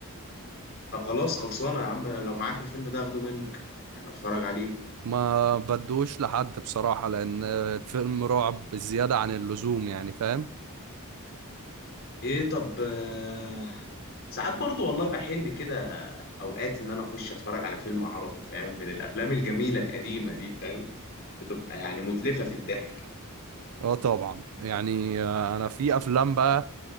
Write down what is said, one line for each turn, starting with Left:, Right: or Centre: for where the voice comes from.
Left: طب خلاص خلصانة يا عم لو معاك الفيلم ده اخده منك يعني اتفرج عليه
Right: ما بدوش لحد بصراحه لان الفيلم رعب بزياده عن اللزوم يعني فاهم
Left: ايه طب آه، ساعات برضو والله بحن كده اوقات ان انا اخش اتفرج على فيلم عربي فاهم من الافلام الجميله القديمه دي فاهم بتبقى يعني متلفه في الضحك
Right: اه طبعا يعني آه، انا في افلام بقى